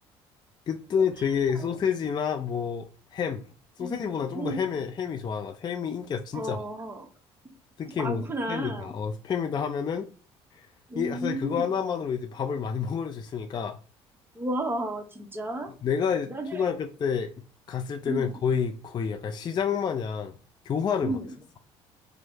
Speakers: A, on the left; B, on the right.
A: 그때 되게
B: <laughs>
A: 소세지나 뭐 햄, 소세지보다
B: 음,
A: 좀
B: 음.
A: 더 햄에 햄이 좋아하는 것 같아. 햄이 인기가 진짜
B: 어,
A: 많아. 특히
B: 많구나.
A: 뭐 스팸이다, 어, 스팸이다 하면은
B: 음,
A: 이 사실 그거 하나만으로 이제 밥을 많이 <laughs> 먹을 수 있으니까
B: 와, 진짜?
A: 내가 이제
B: 나는,
A: 초등학교 때 갔을 때는
B: 음,
A: 거의 거의 약간 시장 마냥 교환을
B: 음.
A: 막 했었어.